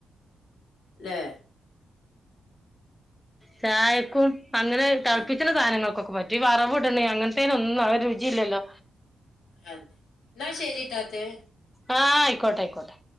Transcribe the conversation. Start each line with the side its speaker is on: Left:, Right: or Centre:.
Left: ല്ലേ
Centre: ചായക്കും അങ്ങനെ തളപ്പി
Left: ആ
Centre: സധനങ്ങകൊക്കെ പറ്റും ഈ വറവ് ഇടണ അങ്ങനത്തേനും ഒന്നും അഹ്ഒരുചില്ലല്ലോ.
Left: അഹ് എന്നാ ശരിട്ടാത്തെ.
Centre: ആഹ് അയിക്കോട്ടെ ആയിക്കോട്ടെ.